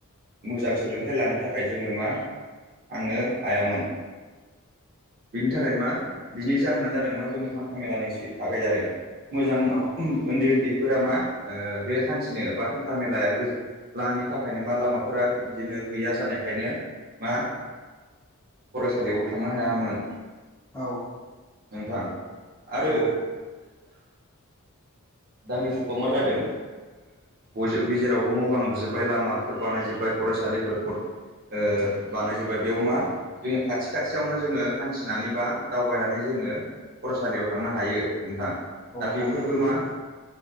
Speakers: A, on the right; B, in the centre.
A: मोजां सोलोंथाइ लानो थाखाय जोङो मा थांनो हायामोन। बिनि थाखाय मा बिनि जाहोनानो जादों मा जोंनि हान्था मेलानि सि थाखाय जादों। मोजां
B: औ
A: ओ ओन्दै ओन्दैफोरा मा ओ बे हान्थिनो बा हा हान्था मेलाया गो लानि थाखायनो मा लामाफोरा बिदिनो गैया जानायखायनो मा फरायसालियाव थांनो हायामोन।
B: औ
A: नोंथां आरो
B: औ
A: दानि जुगाव मा जादों ओ बय जेरावबो न' बां लुजोबबाय लामाफोर बानायजोब्बाय फरायसालिफोर फर ओ बानायजोब्बाय बेयाव मा जोङो खाथि खाथियावनो जोङो हान्थिनानै बा दावबायनानै जों जोङो फरायसालियाव थांनो हायो नोंथां दा
B: हायो
A: बेफोरबो
B: हायो
A: मा
B: नोंथां